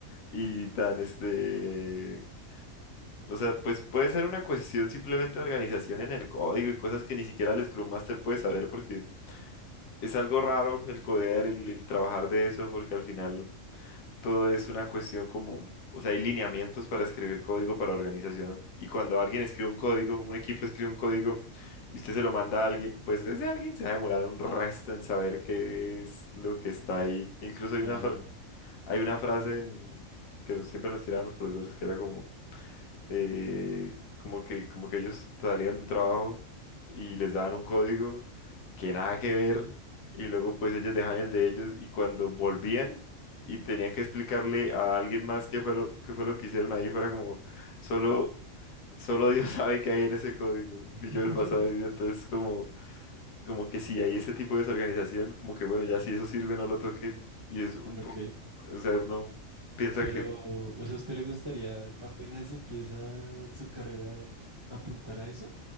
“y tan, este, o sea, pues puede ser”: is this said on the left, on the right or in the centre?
Left